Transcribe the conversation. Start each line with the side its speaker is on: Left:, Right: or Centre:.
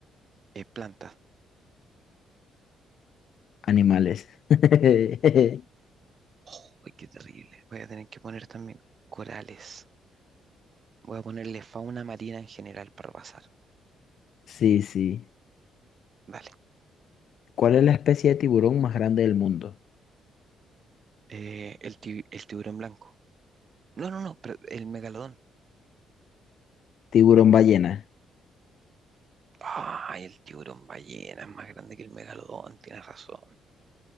Right: Eh, plantas.
Left: Animales. <laughs>
Right: Oh, qué terrible. Voy a tener que poner también corales. Voy a ponerle fauna marina en general para pasar.
Left: Sí, sí.
Right: Dale.
Left: ¿Cuál es la especie de tiburón más grande del mundo?
Right: Eh, el, ti- el tiburón blanco. No, no, no, pero el megalodón.
Left: Tiburón ballena.
Right: Ay, el tiburón ballena es más grande que el megalodón, tienes razón.